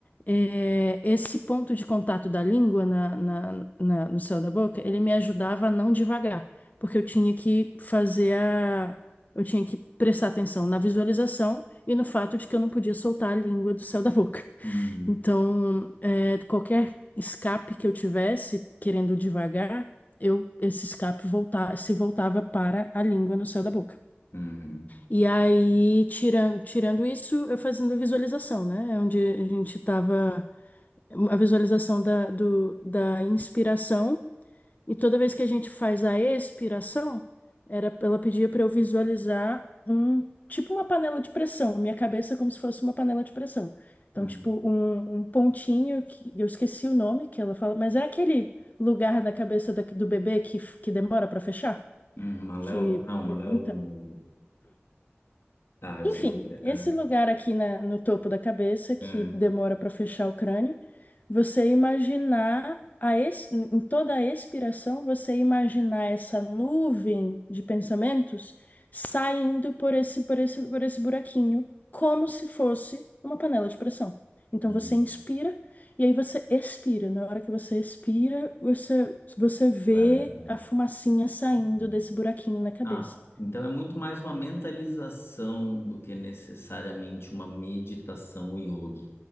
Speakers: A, on the left; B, on the left.
A: é, esse ponto de contato da língua na, na- na- no céu da boca, ele me ajudava a não devagar, porque eu tinha que fazer a, eu tinha que prestar atenção na visualização e no fato de que eu não podia soltar a língua do céu da boca. <laughs>
B: Uhum.
A: Então, é, qualquer escape que eu tivesse querendo devagar, eu esse escape volta, se voltava para a língua no céu da boca.
B: Uhum.
A: E aí, tirando, tirando isso, eu fazendo visualização, né? É Onde a gente estava a visualização da, do- da inspiração, e toda vez que a gente faz a expiração, era, ela pedia para eu visualizar um tipo uma panela de pressão, minha cabeça é como se fosse uma panela de pressão. Então,
B: Uhum.
A: tipo, um, um pontinho que eu esqueci o nome que ela fala, mas é aquele lugar na cabeça da- do bebê que, f- que demora para fechar?
B: Uhum. Maléolo?
A: Que,
B: Não, Maléolo
A: então,
B: não. Tá, eu
A: enfim,
B: sei qual que é.
A: esse
B: Ah,
A: lugar aqui na- no topo da cabeça que
B: ah,
A: demora para fechar o crânio, você imaginar a ex- em toda a expiração, você imaginar essa nuvem de pensamentos saindo por esse, por esse, por esse buraquinho, como se fosse uma panela de pressão. Então
B: uhum.
A: você inspira e aí você expira. Na hora que você expira, você, você vê
B: Vai abrindo.
A: a fumacinha saindo
B: Uhum.
A: desse buraquinho na cabeça.
B: Ah, então é muito mais uma mentalização do que necessariamente uma meditação ou yoga,